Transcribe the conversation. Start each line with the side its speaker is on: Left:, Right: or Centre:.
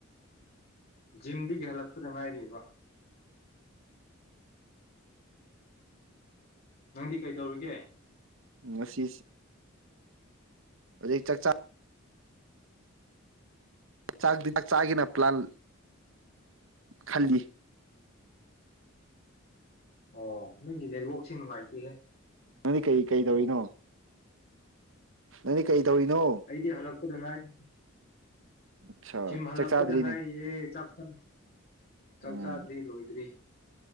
Left: ꯖꯤꯝꯗꯒꯤ ꯍꯜꯂꯛꯄꯗ ꯉꯥꯏꯔꯤꯕ ꯅꯪꯗꯤ ꯀꯩꯗꯧꯔꯤꯒꯦ
Right: ꯑꯁꯤ ꯍꯧꯖꯤꯛ ꯆꯥꯛꯆꯥ ꯆꯥꯛꯗꯤ ꯆꯥꯛ ꯆꯥꯒꯤꯅ ꯄ꯭ꯂꯥꯟ ꯈꯜꯂꯤ
Left: ꯑꯣ ꯅꯪꯒꯤ ꯅꯦꯠꯋꯥꯛꯁꯦ ꯅꯨꯡꯉꯥꯏꯇꯦꯍꯦ
Right: ꯅꯪꯗꯤ ꯀꯩ ꯀꯩ ꯇꯧꯔꯤꯅꯣ ꯅꯪꯗꯤ ꯀꯩ ꯇꯧꯔꯤꯅꯣ
Left: ꯑꯩꯗꯤ ꯍꯜꯂꯛꯄꯗ ꯉꯥꯏꯔꯤ
Right: ꯑꯠꯁꯥ
Left: ꯖꯤꯝ ꯍꯜꯂꯛꯄꯗ
Right: ꯆꯥꯛ ꯆꯥꯗ꯭ꯔꯤꯅꯦ
Left: ꯉꯥꯏꯌꯦ ꯆꯥꯛ ꯎꯝ ꯆꯥꯛ
Right: ꯎꯝ
Left: ꯆꯥꯗ꯭ꯔꯤ ꯂꯣꯏꯗ꯭ꯔꯤ